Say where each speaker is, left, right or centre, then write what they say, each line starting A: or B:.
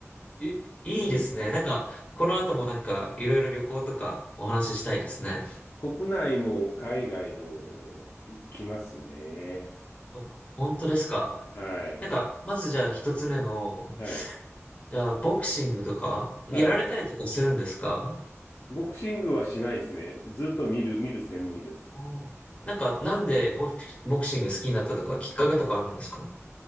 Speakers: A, on the left (about 25°); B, on the left (about 50°).
A: え、いいですね。なんか、この後もなんか、いろいろ旅行とかお話ししたいですね。
B: 国内も海外も行きますね。
A: お本当ですか。
B: はい。
A: なんか、まずじゃあ一つ目の、
B: はい。
A: じゃあボクシングとか、やられたりとかするんですか
B: はい。ボクシングはしないですね。ずっと見る、見る専門です。
A: おーなんか、なんでボク、ボクシング好きになったとか、きっかけとかあるんですか